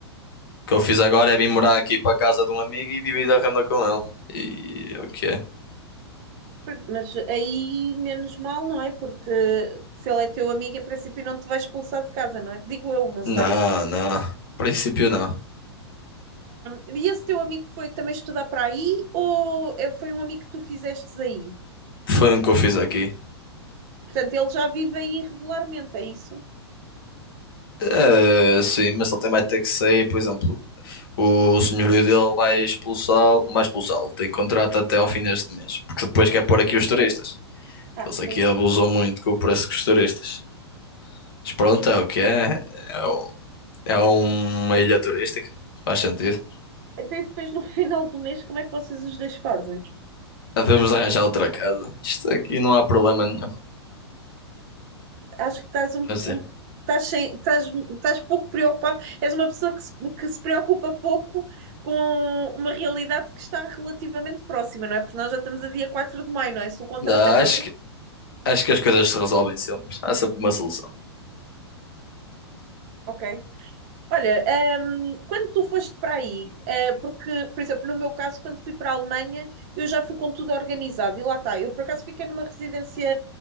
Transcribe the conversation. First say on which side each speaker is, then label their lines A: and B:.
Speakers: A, on the left; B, on the right.
A: O que eu fiz agora é vir morar aqui para casa de um amigo e dividir a renda com ele. E é o que é?
B: Mas aí menos mal, não é? Porque se ele é teu amigo, em princípio não te vai expulsar de casa, não é? Digo eu, não sei.
A: Não, não. Em Princípio não.
B: E esse teu amigo foi também estudar para aí ou é- foi um amigo que tu fizestes aí?
A: Foi um que eu fiz aqui.
B: Portanto, ele já vive aí regularmente, é isso?
A: Eh, sim, mas ele também vai ter que sair, por exemplo, o senhorio dele vai expulsá-lo, não vai expulsá-lo, tem contrato até ao fim deste mês, porque depois quer pôr aqui os turistas.
B: Ah,
A: Eles aqui
B: pois.
A: abusam muito com o preço dos turistas. Mas pronto, é o que é. É, o- é uma ilha turística, faz sentido.
B: Até depois no <laughs> final do mês, como é que vocês os dois fazem?
A: Devemos arranjar outra casa. Isto aqui não há problema nenhum.
B: Acho que estás um,
A: Mas
B: um-
A: é.
B: estás, sem- estás- estás pouco preocupado. És uma pessoa que se, que se preocupa pouco com uma realidade que está relativamente próxima, não é? Porque nós já estamos a dia 4 de maio, não é? Se o contrato
A: Não,
B: acaba.
A: acho que, acho que as coisas se resolvem sempre. Há sempre uma solução.
B: Ok. Olha, ehm, quando tu foste para aí, eh, porque, por exemplo, no meu caso, quando fui para a Alemanha, eu já fui com tudo organizado e lá está. Eu, por acaso, fiquei numa residência